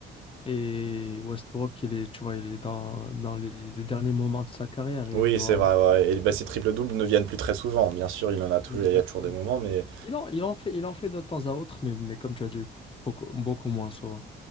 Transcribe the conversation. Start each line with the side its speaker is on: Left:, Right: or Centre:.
Left: Et Westbrook, il est, tu vois, il est dans, dans les, les derniers moments de sa carrière. Il
Right: Oui,
Left: doit.
Right: c'est vrai ouais. et bah, ces triple-doubles ne viennent plus très souvent. Bien sûr, il en a toujours
Left: Exactement.
Right: il y a toujours des moments mais
Left: Il en, il en fait, il en fait de temps à autre, mais, mais comme tu as dit, beaucoup, beaucoup moins souvent.